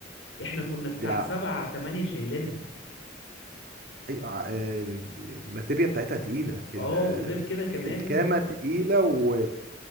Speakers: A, on the left (about 75°); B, on the right (about 50°).
A: احنا كنا بتاع
B: دي ع...
A: سبعة تمانية شايلينها
B: ايوه ع... ال- الماتيريا بتاعتها تقيله ال...
A: اه وغير كده كمان
B: الكامه تقيله و...